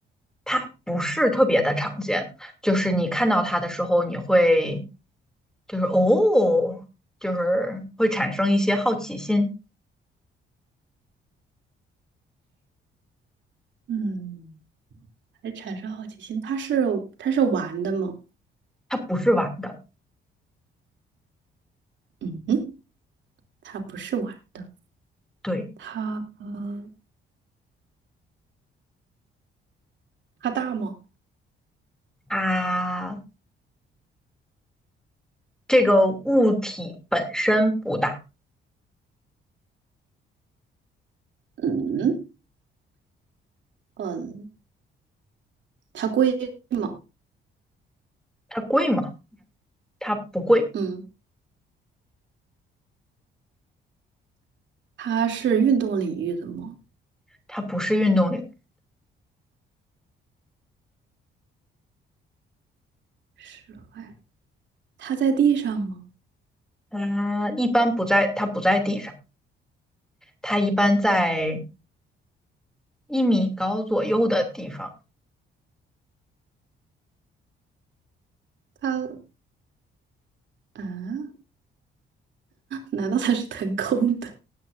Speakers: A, in the centre; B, on the right.
A: 它不是特别的常见，就是你看到它的时候，你会就是哦，就是会产生一些好奇心。
B: 嗯，还产生好奇心。他是他是玩的吗？
A: 它不是玩的，
B: 嗯哼，它不是玩的。
A: 对，
B: 它呃它大吗？
A: 啊，这个物体本身不大，
B: 嗯嗯，它贵吗？
A: 它贵吗？它不贵，
B: 嗯，它是运动领域的吗？
A: 它不是运动领域，
B: 室外，它在地上吗？
A: 它一般不在，它不在地上。它一般在一米高左右的地方。
B: 它嗯，难道它是腾空的？